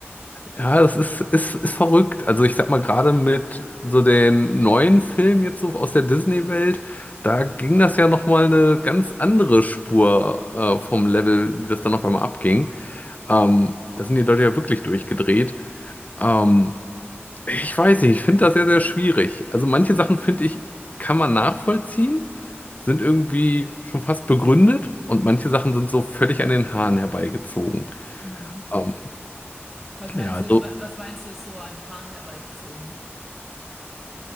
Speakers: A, on the left; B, in the centre.
A: Ja, das ist, ist, ist verrückt. Also ich sag mal, gerade mit so den neuen Filmen jetzt so aus der Disney-Welt, da ging das ja nochmal eine ganz andere Spur äh, vom Level, die das dann auf einmal abging. Ähm, da sind die Leute ja wirklich durchgedreht. Ähm, ich weiß nicht, ich finde das sehr, sehr schwierig. Also manche Sachen finde ich, kann man nachvollziehen, sind irgendwie schon fast begründet und manche Sachen sind so völlig an den Haaren herbeigezogen.
B: Mhm.
A: Ähm,
B: Was meinst
A: Ja, also,
B: du, wa- was meinst du, ist so an den Haaren herbeigezogen?